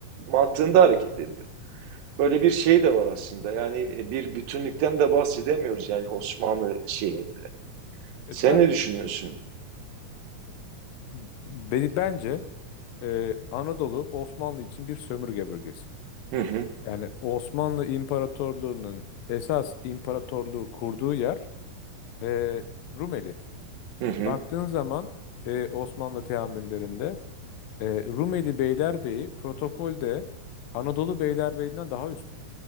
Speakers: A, on the right (about 80°); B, on the left (about 85°).
A: mantığında hareket ediyor. Böyle bir şey de var aslında. Yani e, bir bütünlükten de bahsedemiyoruz yani Osmanlı şeyinde.
B: E
A: Sen
B: tabii.
A: ne düşünüyorsun?
B: B- Beni bence e, Anadolu Osmanlı için bir sömürge bölgesi.
A: Hı hı,
B: Yani Osmanlı İmparatorluğu'nun esas imparatorluğu kurduğu yer e, Rumeli.
A: hı hı.
B: Baktığın zaman e, Osmanlı teamüllerinde e, Rumeli Beylerbeyi protokolde Anadolu Beylerbeyi'nden daha üstün.